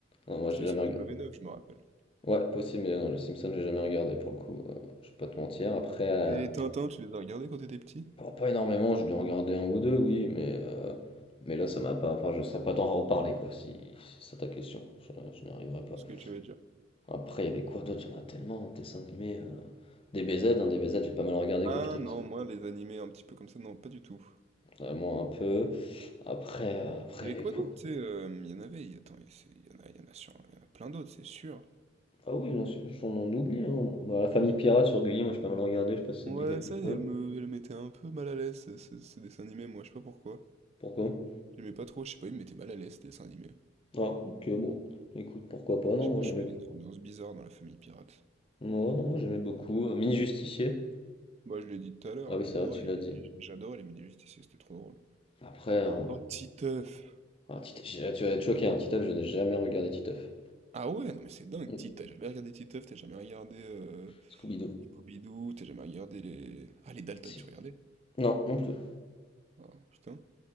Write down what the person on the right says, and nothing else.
C'était
sur
W9, je me rappelle.
Et les Tintins, tu les as regardés quand t'étais petit?
Je ce que tu veux dire.
Ah
non, moi, les animés un petit peu comme ça, non, pas du tout.
Il y
avait
quoi
d'autre, tu sais, euh, il y en avait, il- attends, il y c'est- il y en a, il y en a sur, il y en a plein d'autres, c'est sûr.
Ouais,
ça,
elle me, elle mettait un peu mal à l'aise, ce, ce- ce dessin animé, moi, je sais pas pourquoi.
J'aimais pas trop, je sais pas, il me mettait mal à l'aise, ce dessin animé.
Je sais
pas,
je trouvais une ambiance bizarre dans la famille pirate.
Moi, je l'ai dit tout à l'heure,
j'adorais
les,
Mini- j'adorais les mini-justiciers, c'était trop drôle.
Oh, Titeuf!
Ah ouais, non mais c'est dingue,
Ti- t'as jamais regardé Titeuf, t'as jamais regardé euh,
Pompidou, t'as jamais regardé les... Ah les Dalton,
tu regardais?
Ah putain,